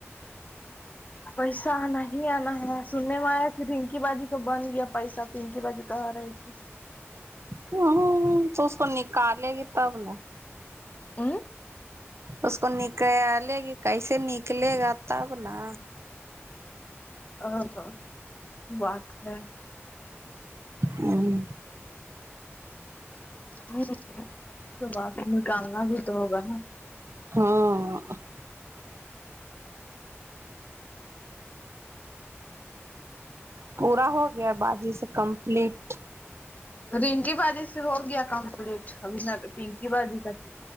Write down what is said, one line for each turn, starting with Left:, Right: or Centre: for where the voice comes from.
Left: پیسہ آنا ہی آنا ہے سننے میں آیا کہ رنکی باجی کو بن گیا پیسہ پنکی باجی کہ رہی تھی
Right: ہوں تو اس کو نکالےتب نے
Left: اوں
Right: اس کو نکا لے گی کیسے نکلے گا تب نا
Left: ا ہاں بات ہے
Right: ہوں
Left: ہ تو بات نکالنا بھی تو ہوگا نا
Right: ہاں پورا ہو گیا باازی سے کمپلیٹ
Left: رنکی بازی سے ہو گیا کمپلیٹ ابھی پنکی بازی کا چ